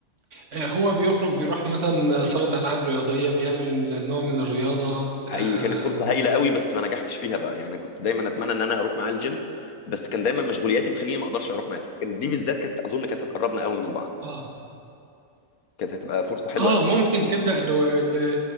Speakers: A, on the right; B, on the left.
A: آه، هو بيخرج بيروح مثلا صالة ألعاب رياضية بيعمل نوع من الرياضة اه
B: حقيقي كانت فرصه هايله قوي بس ما نجحتش فيها بقى يعني كنت دايما اتمنى ان انا اروح معاه الجيم بس كان دايما مشغولياتي بتخليني ما اقدرش اروح معاه كان دي بالذات كانت اظن كانت هتقربنا قوي من بعض
A: اه
B: كانت هتبقى فرصه حلوه
A: آه، ممكن تبدأ لو... ل...